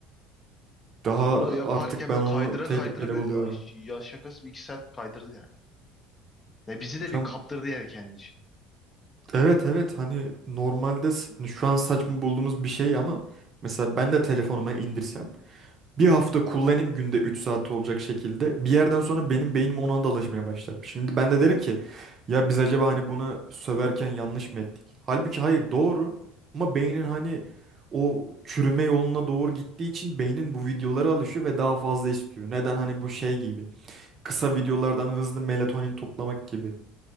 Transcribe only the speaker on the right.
Daha
artık ben
onu
tehlikeli
buluyorum.
Hocam
Evet evet hani normalde s- hani şu an saçma bulduğumuz bir şey ama mesela ben de telefonuma indirsem bir hafta kullanayım günde 3 saat olacak şekilde bir yerden sonra benim beynim ona da alışmaya başlar. Şimdi ben de derim ki ya biz acaba hani buna söverken yanlış mı ettik? Halbuki hayır doğru ama beynin hani o çürüme yoluna doğru gittiği için beynin bu videolara alışıyor ve daha fazla istiyor. Neden hani bu şey gibi kısa videolardan hızlı melatonin toplamak gibi.